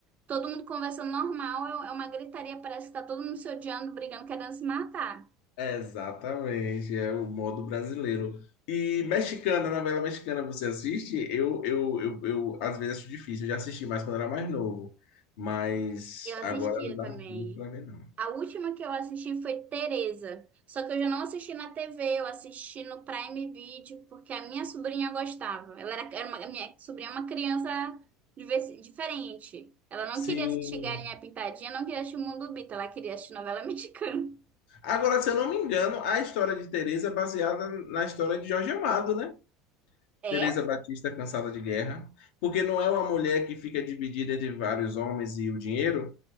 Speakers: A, on the right (about 25°); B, on the left (about 75°).
A: Todo mundo conversando normal, é é uma gritaria, parece que tá todo mundo se odiando, brigando, querendo se matar.
B: É, exatamente, é o modo brasileiro. E mexicana, novela mexicana, você assiste? Eu, eu, eu, eu às vezes acho difícil, eu já assisti mais quando era mais novo, mas
A: Eu assistia
B: agora não dá
A: também.
B: muito pra ver, não.
A: A última que eu assisti foi Teresa. Só que eu já não assisti na TV, eu assisti no Prime Video, porque a minha sobrinha gostava. Ela era, era uma, a minha sobrinha é uma criança diver- diferente. Ela não
B: Sim.
A: queria assistir Galinha Pintadinha, não queria assistir Mundo Bita, ela queria assistir novela <laughs> mexicana.
B: Agora, se eu não me engano, a história de Tereza é baseada na história de Jorge Amado, né?
A: É?
B: Teresa Batista cansada de guerra, porque não é uma mulher que fica dividida entre vários homens e o dinheiro.